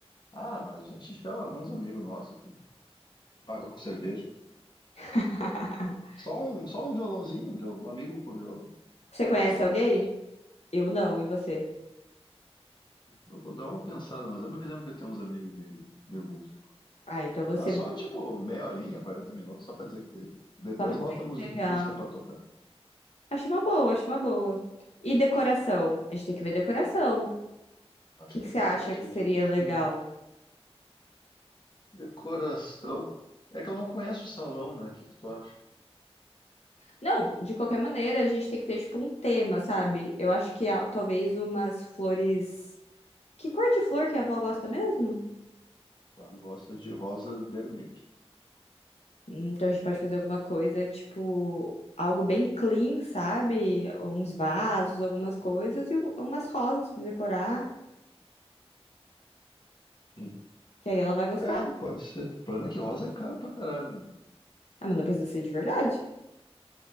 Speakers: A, on the left (about 45°); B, on the left (about 80°).
A: Ah, mas a gente chama alguns amigos nossos que paga com cerveja.
B: <laughs>
A: Só um, só um violãozinho, já, um amigo com violão.
B: Você
A: Não
B: conhece
A: conhece nenhum?
B: alguém? Eu não, e você?
A: Eu vou dar uma pensada, mas eu me lembro que eu tenho uns amigos meio, meio músicos.
B: Ah, então você
A: Mas só, tipo, meia horinha, 40 minutos, só pra dizer que teve. Depois
B: só pra
A: bota
B: dizer que
A: musi-
B: teve
A: música
B: algo.
A: pra tocar.
B: Acho uma boa, acho uma boa. E decoração? A gente tem que ver decoração. O
A: Acho
B: que
A: que
B: que você
A: é importante
B: acha que
A: a
B: seria
A: gente.
B: legal?
A: Decoração. É que eu não conheço o salão, né? O que que tu acha?
B: Não, de qualquer maneira, a gente tem que ter tipo um tema, sabe? Eu acho que ah, talvez umas flores. Que cor de flor que a avó gosta mesmo?
A: Ela gosta de rosa vermelha.
B: Hum, Então a gente pode fazer alguma coisa, tipo, algo bem clean, sabe? Uns vasos, algumas coisas e u- umas rosas pra decorar,
A: Sim.
B: que aí ela vai gostar.
A: É, pode ser. O problema é que rosa é caro pra caralho, né?
B: Ah, mas não precisa ser de verdade.